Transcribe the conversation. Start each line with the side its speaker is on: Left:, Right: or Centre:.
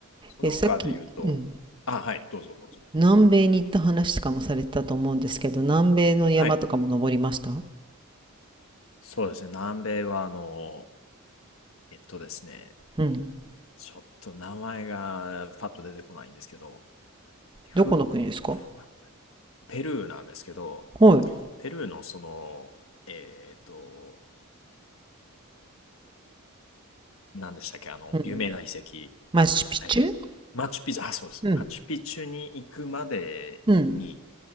Left: その他で言うと、
Right: え。え、さっき、うん。
Left: あ、はい、どうぞどうぞ。
Right: 南米に行った話とかもされてたと思うんですけど、南米の山とかも登りました
Left: はい。そうですね、南米はあの、えっとですね、
Right: うん。
Left: ちょっと名前がパッと出てこないんですけど、ふ、
Right: どこの国ですか
Left: ふまペルーなんですけど、
Right: はい。
Left: ペルーのその、えっと、何でしたっけ、あの、
Right: うん。
Left: 有名な遺跡、
Right: マチュピチュ
Left: えーマチュピチュ、あ、そうです、
Right: うん。
Left: マチュピチュに行くまでに、
Right: うん。